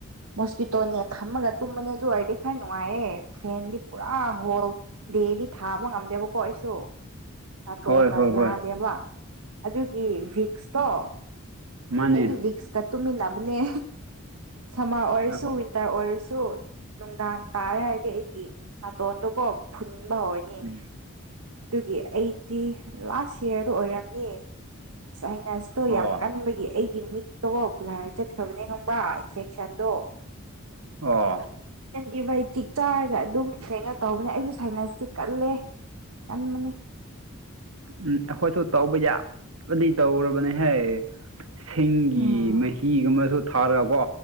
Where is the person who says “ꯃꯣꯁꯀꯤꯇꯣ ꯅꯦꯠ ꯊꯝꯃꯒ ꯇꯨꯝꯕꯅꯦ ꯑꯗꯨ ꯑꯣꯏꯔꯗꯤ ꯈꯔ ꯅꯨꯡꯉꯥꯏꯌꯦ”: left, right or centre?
Right